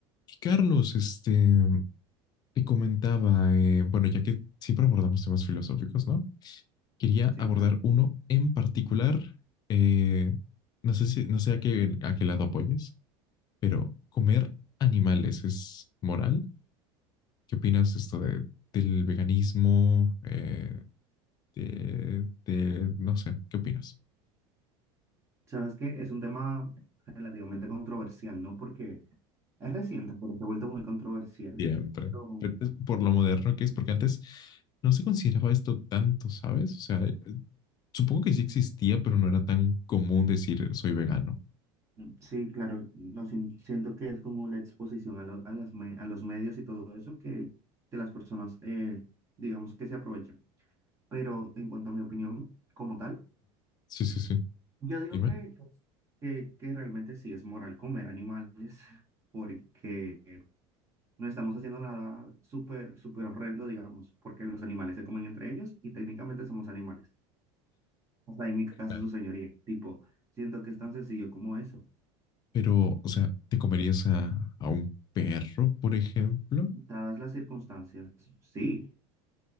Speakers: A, on the left; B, on the right.
A: Y Carlos, este, te comentaba, eh, bueno, ya que siempre abordamos temas filosóficos, ¿no? Quería
B: Sí,
A: abordar
B: claro.
A: uno en particular. eh, no sé si, no sé a qué, a qué lado apoyes, pero comer animales es moral. ¿Qué opinas de esto de, del veganismo? eh, de, de, no sé, ¿qué opinas?
B: Sabes que es un tema relativamente controversial, ¿no? Porque es reciente, porque se ha vuelto muy controversial.
A: Siempre.
B: Pero
A: Pero es Por lo moderno que es, porque antes no se consideraba esto tanto, ¿sabes? O sea, eh, supongo que sí existía, pero no era tan común decir soy vegano.
B: mm, sí, claro, no sien- siento que es como la exposición a, lo- a las me- a los medios y todo eso que, que las personas, eh, digamos, que se aprovechan. Pero en cuanto a mi opinión como tal,
A: Sí, sí, sí.
B: yo digo
A: Dime.
B: que, pues, que, que realmente sí es moral comer animales, <laughs> porque No estamos haciendo nada súper, súper horrendo, digamos, porque los animales se comen entre ellos y técnicamente somos animales. Hasta ahí mi caso,
A: Claro.
B: su señoría. Tipo, siento que es tan sencillo como eso.
A: Pero, o sea, ¿te comerías a, a un perro, por ejemplo?
B: Dadas las circunstancias, sí.